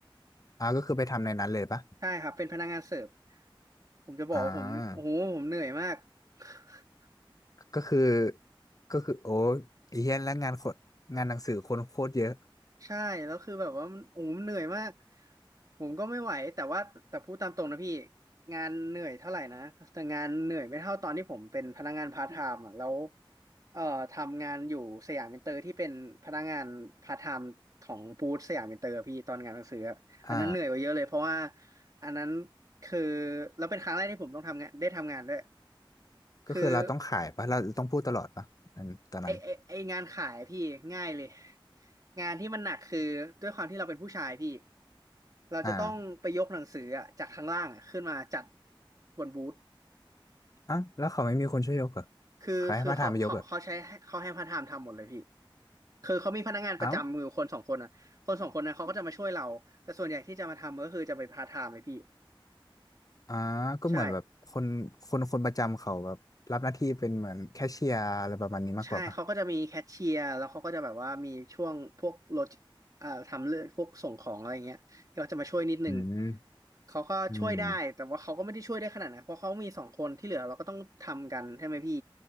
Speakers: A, on the left (about 40°); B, on the right (about 40°).
A: อ่าก็คือไปทำในนั้นเลยปะ
B: ใช่ครับเป็นพนักงานเสิร์ฟผมจะบอกว่าผมโอ้โหผมเหนื่อยมาก
A: อ่า
B: <laughs>
A: ก็คือก็คือโอ้ยเฮี้ยนแล้วงานคนงานหนังสือคนโคตรเยอะ
B: ใช่แล้วคือแบบว่ามันโอ้โหมันเหนื่อยมากผมก็ไม่ไหวแต่ว่าแต่พูดตามตรงนะพี่งานเหนื่อยเท่าไหร่นะแต่งานเหนื่อยไม่เท่าตอนที่ผมเป็นพนักงานพาร์ทไทม์อ่ะแล้วเอ่อทำงานอยู่สยามอินเตอร์ที่เป็นพนักงานพาร์ทไทม์ของบูธสยามอินเตอร์พี่ตอนงานหนังสืออะอันนั้นเหนื่อยกว่าเยอะเลยเพราะว่า
A: อ่า
B: อันนั้นคือแล้วเป็นครั้งแรกที่ผมต้องทำงานได้ทำงานด้วย
A: ก็คือเราต้องขายปะเราต้องพูดตลอดปะอันตอนนั้น
B: คือ ไอไอไองานขายพี่ง่ายเลยงานที่มันหนักคือด้วยความที่เราเป็นผู้ชายพี่เราจะต้องไปยกหนังสืออะจากข้างล่างอะขึ้นมาจัด
A: อ่า
B: บนบูธ
A: อ่ะแล้วเขาไม่มีคนช่วยยกเหรอ
B: คือคือเขาเขาเขาใช้ให้เขาให้พาร์ทไทม์ทำหมดเลยพี่
A: ใครให้มาทนไปยกเหรอ
B: คือเขามีพนักงานประจำมือยู่คนสองคนอ่ะคนสองคนนั้นเขาก็จะมาช่วยเราแต่ส่วนใหญ่ที่จะมาทำก็คือจะไปพาร์ทไทม์เลยพี่
A: เอ้าอ่าก็เหมือนแบบคนคนคนประจำเขาแบบรับหน้าที่เป็นเหมือนแคชเชียร์อะไรประมาณนี้มากกว่าปะ
B: ใช่ ใช่เขาก็จะมีแคชเชียร์แล้วเขาก็จะแบบว่ามีช่วงพวกรถเอ่อทำเรื่องพวกส่งของอะไรเงี้ยก็จะมาช่วยนิดนึง
A: อืม
B: เขาก็ช่วยได้แต่ว่าเขาก็ไม่ได้ช่วยได้ขนาดนั้นเพราะเขามีสองคนที่เหลือเราก็ต้องทำกันใช่ไหมพี่
A: อืม